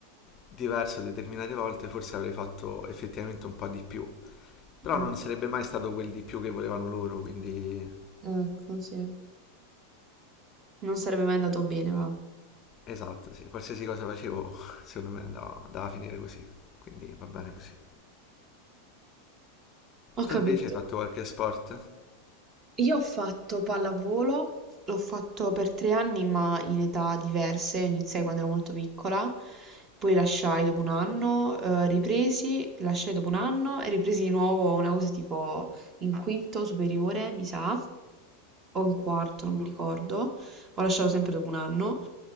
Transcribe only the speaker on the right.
Mm,
ecco, sì. Non sarebbe mai andato bene, va.
Ho
capito.
Io ho fatto pallavolo, l'ho fatto per tre anni ma in età diverse, iniziai quando ero molto piccola, poi lasciai dopo un anno, eh, ripresi, lasciai dopo un anno e ripresi di nuovo una cosa tipo in quinto superiore, mi sa o in quarto, non mi ricordo, ho lasciato sempre dopo un anno.